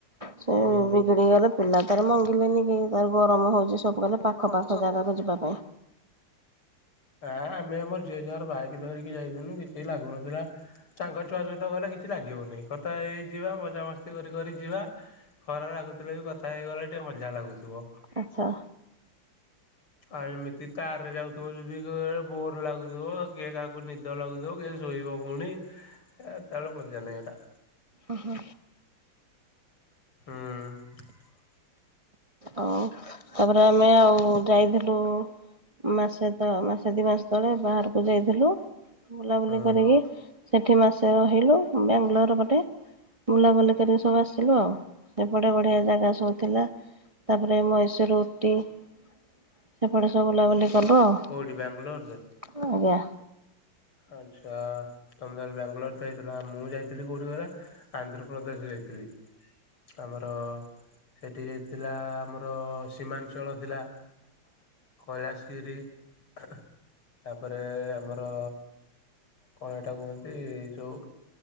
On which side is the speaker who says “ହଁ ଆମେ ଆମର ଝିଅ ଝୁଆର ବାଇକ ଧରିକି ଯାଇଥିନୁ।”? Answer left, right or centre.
Left